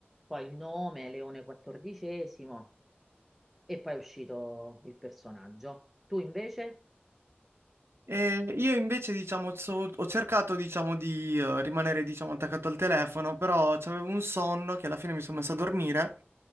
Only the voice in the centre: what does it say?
poi il nome, Leone XIV e poi è uscito il personaggio. Tu invece?